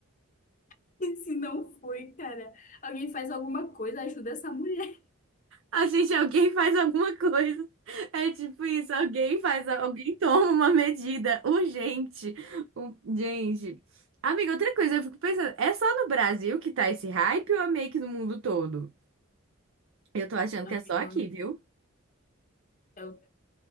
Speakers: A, on the left; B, on the right.
A: <laughs> Se não foi, cara, alguém faz alguma coisa, ajuda essa mulher.
B: A gente, alguém faz alguma coisa. É tipo isso, alguém faz, alguém toma uma medida urgente. Um- Gente. Amiga, outra coisa, eu fico pensando, é só no Brasil que tá esse hype ou é meio que no mundo todo? Eu tô achando
A: Amigo,
B: que é só aqui, viu?
A: eu,